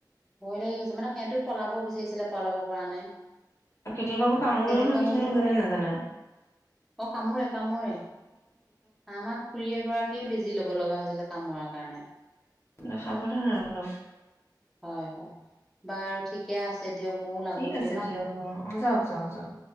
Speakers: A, in the centre; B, on the left.
A: ভয় লাগি গৈছে মানে, সিহঁতেও পলাব বিচাৰিছিলে পলাব পৰা নাই
B: কেতিয়াবা আকৌ কামোৰেও
A: তেনেকুৱা
B: নহয় কিছুমানক
A: হৈ যায়
B: জানে নোজানে?
A: অ কামুৰে, এক কামোৰে, আমাক খুৰি এগৰাকীয়ে বেজি লয় য লগা হৈছিলে কাম মৰাৰ কাৰণে।
B: লে সাৱধান আৰু অলপ।
A: হয় হয় বা আৰু ঠিক একয়া আছে দিয়ক ময়ও লাগোংগে
B: ঠিক আছে
A: ন
B: দিয়ক অ অ, যাওক যাওক যাওক